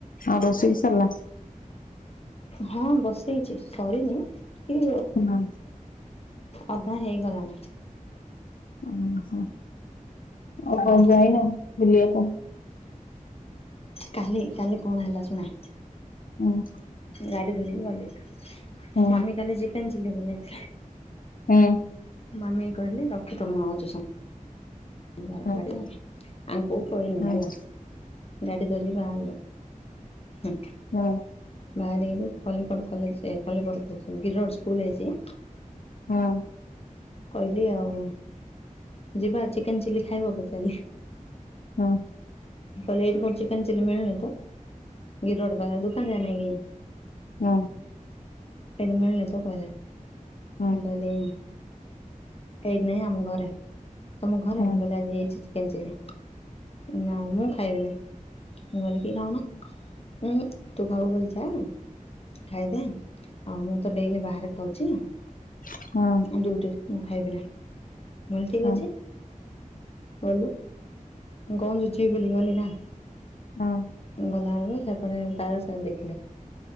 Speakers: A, on the left; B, on the left.
A: ହଁ ରୋଷେଇ ସରିଲା।
B: ହଁ ବସେଇଛି, ସରିନି କି
A: ହଁ।
B: ଅଧା ହେଇଗଲାଣି।
A: ଓ ହ। ଆଉ
B: ହୁଁ
A: କଣ ଯାଇନ ବୁଲିବାକୁ?
B: କାଲି କାଲି କଣ ହେଲା ଶୁଣା?
A: ହୁଁ।
B: ଗାଡି ଧରିକି ଗଲି।
A: ହୁଁ
B: ମାମି କାଲି ଚିକେନ ଚିଲ୍ଲି ବନେଇ। <inaudible>
A: ହୁଁ।
B: ମାମି କହିଲେ ରଖିଥ ମୁଁ ଆଉଛି ସ <unintelligible>
A: ହୁଁ ହୁଁ।
B: ଆଙ୍କୁ କହିନି
A: ହଁ
B: ହେଲା। ଗାଡି ଧରି ବାହାରଲୁ।
A: ହୁଁ।
B: ବାହାରିକିରି ଖଲିକୋଟ କଲେଜ ଏ ଖଲିକୋଟ ଉଁ ଗିରିରୋଡ଼ ସ୍କୁଲରେ ହେଇଛି
A: ହୁଁ।
B: କହିଲି ଆଉ ଯିବା ଚିକେନ ଚିଲି ଖାଇବ ପଚାରଲି।
A: ହୁଁ।
B: କହିଲେ ଏଇଠେ କୋଉଠି ଚିକନ ଚିଲି ମିଳୁନି ତ ଗିରି ରୋଡ ପାଖରେ, ଦୁକାନ ଯାଏ ନାଇଁ କିି।
A: ହୁଁ।
B: ଏଇଠି ମିଳୁନି ତ କହିଲେ। ମୁଁ
A: ହଁ
B: କହିଲି ଏଇଠି ନାଇଁ ଆମ ଘରେ। ତମ ଘରେ
A: ହଁ
B: ମୁଁ କହିଲି ଆଜି ଏଇଠି <unintelligible> ଚିକେନ ଚିଲି। ନା ମୁଁ ଖାଇବିନି। ମୁଁ କହିଲି କି ଖାଉନ। ଉଁ ହୁଁ ତୁ ଖାଇବୁ ବୋଲେ ଚାଲ। ଖାଇଦେ ଆଉ ମୁଁ ତ ଡେଲି ବାହାରେ ଖାଉଛି। ଡ୍ୟୁଟିରେ
A: ହଁ
B: ମୁଁ ଖାଇବି ନାହିଁ। ମୁଁ କହିଲି ଠିକ
A: ହଁ
B: ଅଛି। ଗଲୁ କଣ <unintelligible> ବୋଲି ଗଲି ନା
A: ହଁ।
B: ଗଲା ବେଳକୁ ସେପଟେ ତାର ସାର ଦେଖିଲେ।